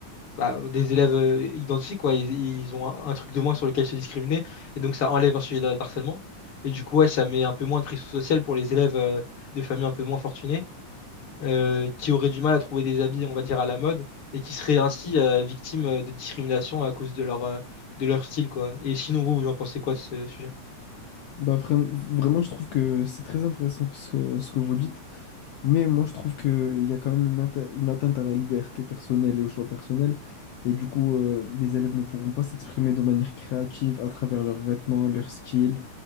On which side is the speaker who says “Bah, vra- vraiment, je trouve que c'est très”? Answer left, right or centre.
Left